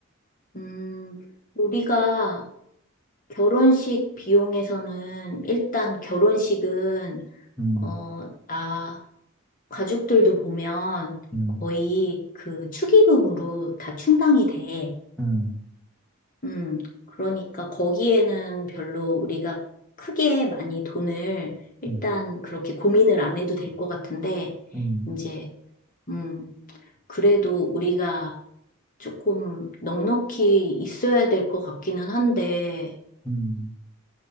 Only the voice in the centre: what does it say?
음,
음,
음,
음,
음.
음,